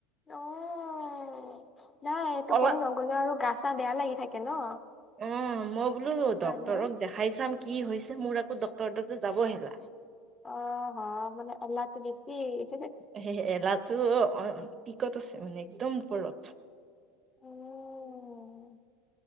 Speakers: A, on the left; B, on the right.
A: অ', নাই টোপনি
B: অলপ
A: নগলে আৰু গা চা বেয়া লাগি থাকে ন'।
B: অ', মই বোলো
A: সেইকাৰণে
B: ডক্তৰক দেখাই চাম কি হৈছে, মোৰ আকৌ ডক্তৰ তাতে যাব এলাহ।
A: অ হ মানে এলাহটো বেছি <unintelligible>
B: <unintelligible> এলাহটো অ' পিকত আছে মানে, একদম ওপৰত।
A: উম,